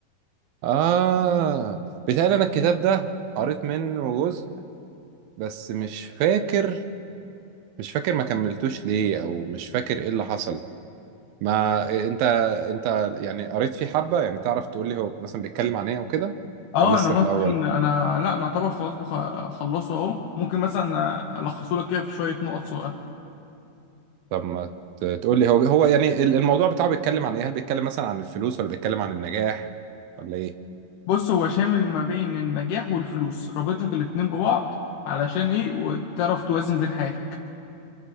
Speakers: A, on the right; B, on the left.
A: اه بيتهيألي انا الكتاب ده قريت منه جزء بس مش فاكر مش فاكر ما كملتوش ليه او مش فاكر ايه اللي حصل ما انت انت يعني قريت فيه حبة يعني تعرف تقول لي هو مثلا بيتكلم عن ايه او كده
B: اه
A: ولا لسه
B: انا ممكن
A: في الاول
B: انا لا انا اعتبر خلاص بخ... خلصه اهو ممكن مثلا الخصه لك كده في شويه نقط صغيره
A: طب ما تقول لي هو هو يعني ال- الموضوع بتاعه بيتكلم عن ايه هل بيتكلم مثلا عن الفلوس ولا بيتكلم عن النجاح ولا ايه
B: بص هو شامل ما بين النجاح والفلوس رابط لك الاتنين ببعض علشان ايه وتعرف توازن بين حياتك